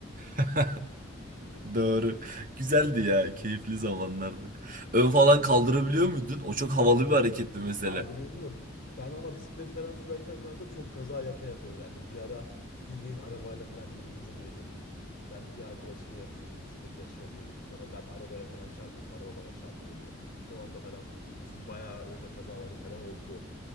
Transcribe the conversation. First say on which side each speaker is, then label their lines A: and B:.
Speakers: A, on the right; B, on the left.
A: <laughs> Doğru. Güzeldi ya. Keyifli zamanlardı. Ön falan
B: Evet.
A: kaldırabiliyor muydun? O çok havalı
B: Kanka
A: bir hareketti
B: ö-
A: mesela.
B: kaldırıyordum da ben ama bisiklet falan sürerken kanka çok kaza yapa yapa öğrendim. Bir ara bildiğin arabayla falan birbirimize girecektik. Ç- Ben bir arkadaşımla yarışıyordum. Bisiklet yarışı yapıyorduk. Sonra ben arabaya falan çarpıyordum. Araba bana çarpıyordu. Son anda falan kurtulmuştum. Bayağı öyle kazalarım falan oldu.